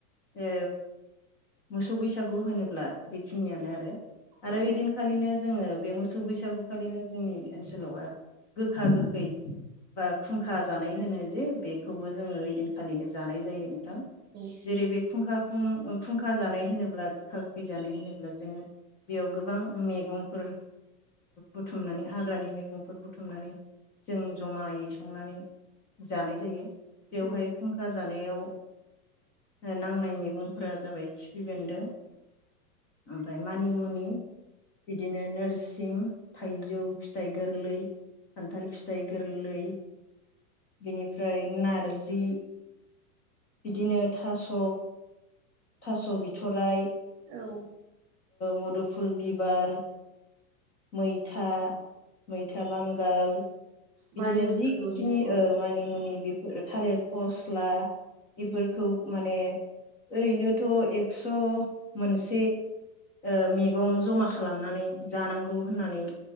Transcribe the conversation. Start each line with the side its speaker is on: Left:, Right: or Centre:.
Left: ओ मोसौ बैसागु होनोब्ला बेखिनियानो आरो
Right: औ
Left: ओइदिनखालिनो जोङो बे मोसौ बैसागुखालिनो जोंनि ओनसोलावहा गोखा गोखै बा खुंखा जानाय होनो जे बेखौबो जोङो ओइदिन खा लिनो जानाय जायो नोंथां
Right: औ
Left: जेरै बे खुंखा फुं खुंखा जानाय होनोब्ला गोखा गोखै जानाय होनोब्ला जोङो बेयाव गोबां मेगंफोर बुथुमनानै हाग्रानि मैगंफोर बुथुमनानै जों जमायै संनानै जानाय जायो। बेवाहाय
Right: उम
Left: ख्रा जानायाव नांनाय मैगंफोरा जाबाय खिफि बेन्दों ओमफ्राय मानिमुनि बिदिनो नोरसिं थाइजौ फिथाइ गोरलै खान्थाल फिथाइ गोरलै बिनिफ्राय नारजि बिदिनो थास' थास' बिथ'राय
Right: औ
Left: मदुफुल बिबार मैथा मैथा बांगाल बिदिनो
Right: मानि मुनि
Left: जिखिनि
Right: फोरबो होनो आब'
Left: ओ मानिमुनि बे थालेर फस्ला बेफोरखौ
Right: उम
Left: माने ओरैनोथ' एक्स' मोनसे ओ मैगं जमा खालामनानै जानांगौ गौ होननानै